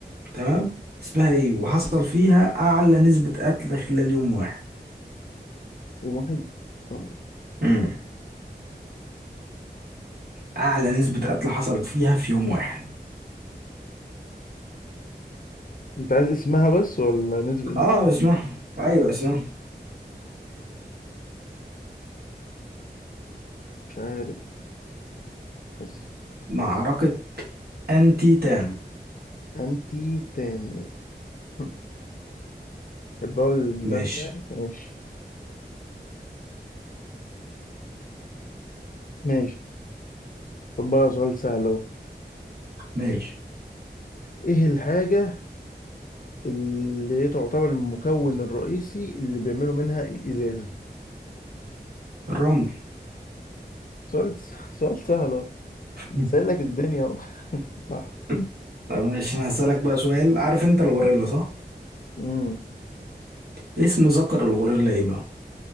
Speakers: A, on the right (about 65°); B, on the left (about 55°).
A: تمام اسمها ايه وحصل فيها اعلى نسبة قتل خلال يوم واحد
B: الواحد آه.
A: امم اعلى نسبة قتل حصلت فيها في يوم واحد
B: انت عايز اسمها بس ولا نسبة النسبة
A: اه اسمها ايوه اسمها
B: مش عارف بس
A: معركة انتي تام
B: انتي تاني <laughs> البول النم
A: ماشي
B: ده ماشي ماشي خد بقى سؤال سهل اهو
A: ماشي
B: ايه الحاجة اللي هي تعتبر المكون الرئيسي اللي بيعملوا منها الإزاز
A: الرمل
B: سؤال سؤال سهل اهو
A: مم.
B: سهل لك الدنيا اهو <laughs> صح
A: <laughs> طب ماشي انا هسألك بقى سؤال عارف انت الغوريلا صح
B: امم
A: اسم ذكر الغوريلا ايه بقى